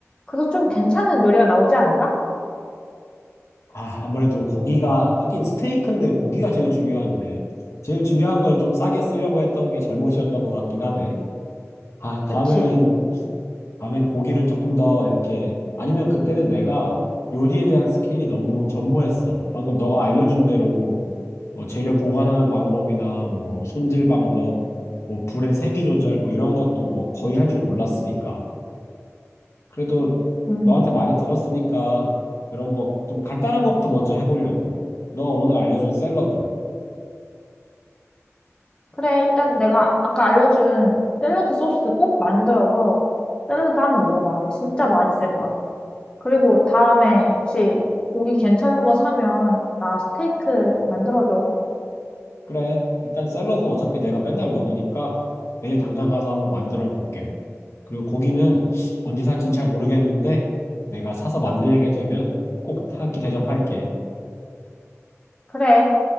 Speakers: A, on the left; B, on the left.
A: 그래도 좀 괜찮은 요리가 나오지 않을까?
B: 아, 아무래도 고기가, 하긴 스테이크인데 고기가 제일 중요한데, 제일 중요한 걸 좀 싸게 쓰려고 했던 게 잘못이었던 것 같긴 하네. 아, 다음에는,
A: 그치?
B: 다음엔 고기를 조금 더 이렇게, 아니면 그때는 내가 요리에 대한 스킬이 너무 전무했어. 방금 너가 알려준 대로, 뭐 재료 보관하는 방법이나, 뭐 손질 방법, 뭐 불의 세기 조절, 뭐 이런 것도 뭐 거의 할 줄 몰랐으니까. 그래도
A: 음.
B: 너한테 많이 들었으니까 그런 거 좀 간단한 거부터 먼저 해보려고. 너 오늘 알려준 샐러드.
A: 그래, 일단 내가 아까 알려준 샐러드 소스 꼭 만들어서 샐러드 한 번 먹어봐. 진짜 맛있을 거야. 그리고 다음에 혹시 고기 괜찮은 거 사면 나 스테이크 만들어줘.
B: 그래. 일단 샐러드는 어차피 내가 맨날 먹으니까 내일 당장 가서 한번 만들어 볼게. 그리고 고기는 언제 살진 잘 모르겠는데 내가 사서 만들게 되면 꼭 한 끼 대접할게.
A: 그래.